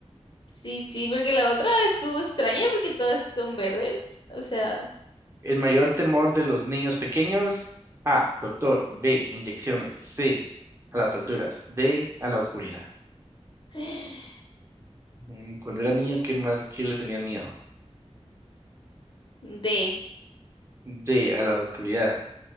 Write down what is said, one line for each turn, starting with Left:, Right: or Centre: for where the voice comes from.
Left: sí, sí, porque la otra estuvo extraña porque todas son verdes. O sea,
Right: El mayor temor de los niños pequeños. A, doctor. B, inyecciones. C, a las alturas. D, a la oscuridad.
Left: <gasps>
Right: Mm, Cuando era niño, ¿qué más, qué le tenían miedo?
Left: <sighs> D.
Right: D, a la oscuridad.